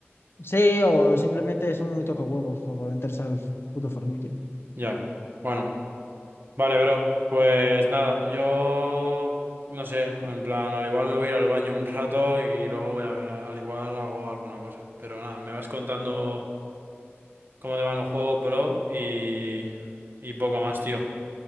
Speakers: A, on the left; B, on the right.
A: Sí, o simplemente son muy tocahuevos como para meterse al puto Fornite.
B: Ya. Bueno, vale, bro. Pues nada, yo no sé, en plan, al igual me voy a ir al baño un rato y luego voy a ver, al igual hago alguna cosa. Pero nada, me vas contando cómo te van los juegos, bro, y, y poco más, tío.